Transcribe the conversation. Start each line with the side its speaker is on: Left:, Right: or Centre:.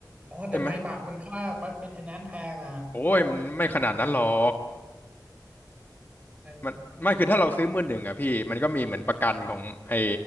Right: อ๋อแต่ไม้บักมันค่าบัตรเมนเทนแนนซ์แพงนะเออ
Left: ใช่ไหม โอ้ยมันไม่ขนาดนั้นหรอก
Right: อ
Left: มันไม่คือถ้าเราซื้อมือหนึ่งอ่ะพี่มันก็มีเหมือนประกันของไอ้